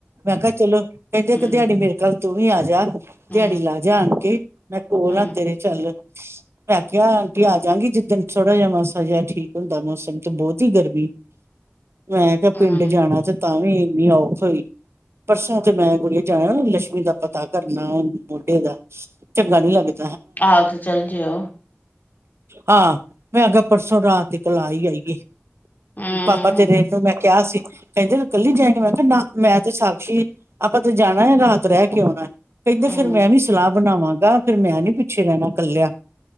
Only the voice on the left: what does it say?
ਹੂੰ,
ਹੂੰ,
ਹੂੰ,
ਹੂੰ,
ਆਹੋ ਤੇ ਚੱਲ ਜਓ
ਹੂੰ,
ਹੂੰ,